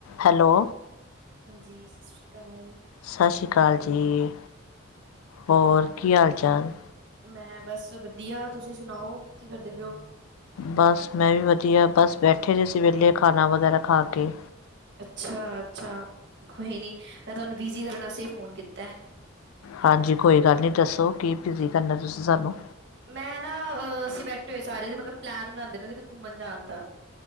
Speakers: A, on the left; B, on the right.
A: Hello.
B: ਹਾਂਜੀ, ਸਤ ਸ਼੍ਰੀ ਕਾਲ।
A: ਸਾ ਸ੍ਰੀ ਕਾਲ ਜੀ, ਹੋਰ ਕੀ ਹਾਲ ਚਾਲ?
B: ਮੈਂ ਬਸ ਵਧੀਆ, ਤੁਸੀਂ ਸੁਣਾਓ ਕੀ ਕਰਦੇ ਪੇਔ?
A: ਬਸ ਮੈਂ ਵੀ ਵਧੀਆ, ਬਸ ਬੈਠੇ ਦੇ ਸੀ ਵੇਲੇ ਖਾਣਾ ਵਗੈਰਾ ਖਾ ਕੇ।
B: ਅੱਛਾ ਅੱਛਾ, ਕੋਈ ਨੀ ਮੈਂ ਤੁਹਾਨੂੰ ਬਿਜੀ ਕਰਨ ਵਾਸਤੇ ਈ ਫੋਨ ਕੀਤੈ।
A: ਹਾਂਜੀ, ਕੋਈ ਗੱਲ ਨੀ ਦੱਸੋ ਕੀ ਬਿਜ਼ੀ ਕਰਨੈ ਤੁਸੀਂ ਸਾਨੂੰ।
B: ਮੈਂ ਨਾ ਅ ਅਸੀਂ ਬੈਠੇ ਹੋਏ ਸਾਰੇ ਮੈ ਕੈ ਪਲੈਨ ਬਣਾਂਦੇ ਪੇ ਕਿਤੇ ਘੁੰਮਣ ਜਾਣ ਦਾ।